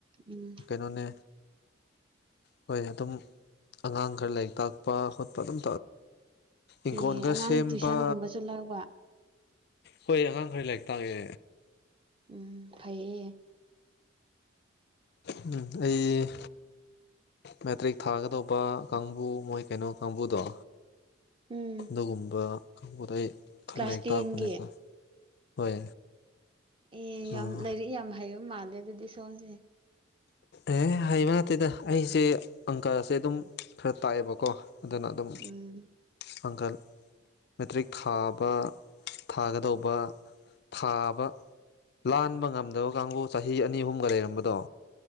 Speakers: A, on the right; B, on the left.
A: ꯎꯝ
B: ꯀꯩꯅꯣꯅꯦ ꯍꯣꯏ ꯑꯗꯨꯝ ꯑꯉꯥꯡ ꯈꯔ ꯂꯥꯏꯔꯤꯛ ꯇꯥꯛꯄ ꯈꯣꯠꯄ ꯑꯗꯨꯝ ꯏꯪꯈꯣꯟꯒ
A: ꯑꯦ ꯑꯉꯥꯡ
B: ꯁꯦꯝꯕ
A: ꯇꯨꯏꯁꯟꯒꯨꯝꯕꯁꯨ ꯂꯧꯕ
B: ꯍꯣꯏ ꯑꯉꯥꯡ ꯈꯔ ꯂꯥꯏꯔꯤꯛ ꯇꯥꯛꯑꯦ
A: ꯎꯝ ꯐꯩꯌꯦ
B: ꯎꯝ ꯑꯩ ꯃꯦꯇ꯭ꯔꯤꯛ ꯊꯥꯒꯗꯧꯕ ꯀꯥꯡꯕꯨ ꯃꯣꯏ ꯀꯩꯅꯣ ꯀꯥꯡꯕꯨꯗꯣ
A: ꯎꯝ
B: ꯑꯗꯨꯒꯨꯝꯕ ꯀꯥꯡꯗ ꯑꯩ ꯈꯔ
A: ꯀ꯭ꯂꯥꯁ
B: ꯂꯥꯏꯔꯤꯛ
A: ꯇꯦꯟꯒꯤ
B: ꯇꯥꯛꯔꯛꯄꯅꯦꯕꯣ ꯍꯣꯏ
A: ꯑꯦ ꯌꯥꯝ
B: ꯑꯣ
A: ꯂꯥꯏꯔꯤꯛ ꯌꯥꯝ ꯍꯩꯌꯨ ꯃꯥꯜꯂꯦ ꯑꯗꯨꯗꯤ ꯁꯣꯝꯁꯦ
B: ꯑꯦ ꯍꯩꯕ ꯅꯠꯇꯦꯗ ꯑꯩꯁꯦ ꯑꯪꯀꯁꯦ ꯑꯗꯨꯝ ꯈꯔ ꯇꯥꯛꯑꯦꯕꯀꯣ ꯑꯗꯨꯅ ꯑꯗꯨꯝ
A: ꯎꯝ
B: ꯄꯥꯡꯀꯜ ꯃꯦꯇ꯭ꯔꯤꯛ ꯊꯥꯕ ꯊꯥꯒꯗꯧꯕ ꯊꯥꯕ ꯂꯥꯟꯕ ꯉꯝꯗꯕ ꯀꯥꯡꯕꯨ ꯆꯍꯤ ꯑꯅꯤ ꯑꯍꯨꯝꯒ ꯂꯩꯔꯝꯕꯗꯣ